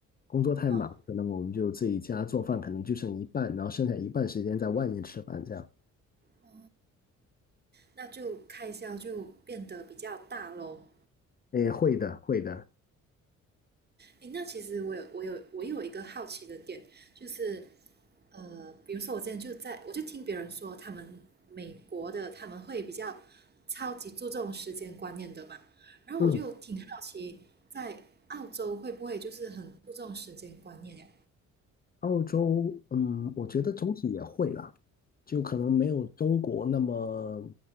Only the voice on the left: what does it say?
工作太忙，
可能我们就自己家做饭，可能就剩一半，然后剩下一半时间在外面吃饭这样。
诶，会的，会的。
嗯，
澳洲，嗯，我觉得总体也会啦，就可能没有中国那么，